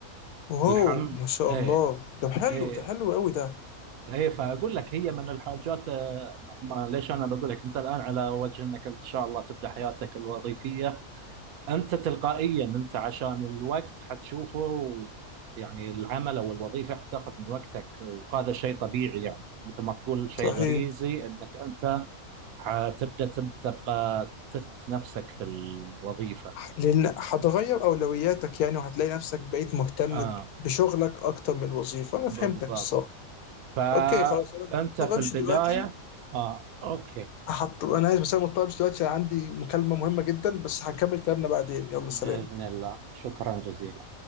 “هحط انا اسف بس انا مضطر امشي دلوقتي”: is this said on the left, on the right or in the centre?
Left